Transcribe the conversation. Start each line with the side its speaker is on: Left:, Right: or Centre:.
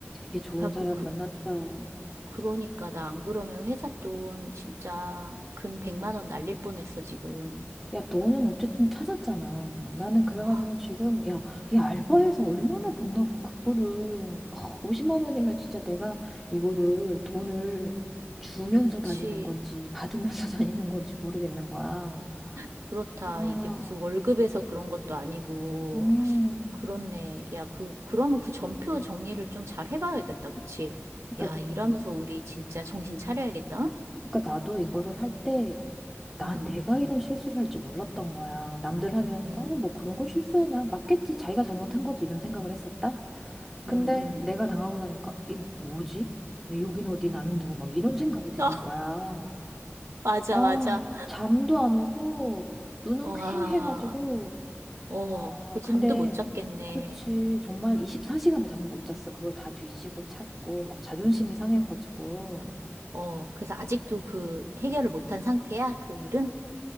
Centre: 되게 좋은
Right: 그래갖고
Centre: 사람
Right: 그,
Centre: 만났다.
Right: 그러니까 나 안 그러면 회사 돈 진짜 근 100만 원 날릴 뻔했어, 지금.
Centre: 야, 너는 어쨌든 찾았잖아. 나는 그래가지고
Right: 아,
Centre: 지금, 야, 이 알바에서 얼마나 번다고 그거를, 아, 50만 원이면 진짜 내가 이거를 돈을 주면서 다니는
Right: 그치.
Centre: 건지 받으면서 <laughs> 다니는 건지 모르겠는 거야.
Right: 그렇다.
Centre: 아,
Right: 이게 무슨 월급에서 그런 것도 아니고.
Centre: 음.
Right: 그렇네. 야, 그, 그러면 그 전표 정리를 좀 잘 해봐야겠다. 그치?
Centre: 그러니까
Right: 야, 일하면서 음. 우리 진짜 정신 차려야겠다.
Centre: 그러니까 나도 이거를 할 때, 난
Right: 응?
Centre: 내가 이런 실수를 할 줄 몰랐던 거야. 남들 하면,
Right: 음,
Centre: 어,
Right: 음,
Centre: 뭐 그런 걸 실수하냐? 맞겠지. 자기가 잘못한 거지. 이런 생각을 했었다. 근데
Right: 음, 음.
Centre: 내가 당하고 나니까, 이거 뭐지? 여긴 어디, 나는 누구, 막 이런 생각이 드는
Right: <laughs> 어,
Centre: 거야.
Right: 맞아,
Centre: 아,
Right: 맞아.
Centre: 잠도 안 오고, 눈은
Right: 와.
Centre: 퀭해가지고,
Right: 어,
Centre: 아,
Right: 그 잠도
Centre: 근데,
Right: 못 잤겠네.
Centre: 그치. 정말 24시간을 잠을 못 잤어. 그걸 다 뒤지고 찾고, 막 자존심이 상해가지고.
Right: 어, 그래서 아직도 그 해결을 못한 상태야? 그 일은?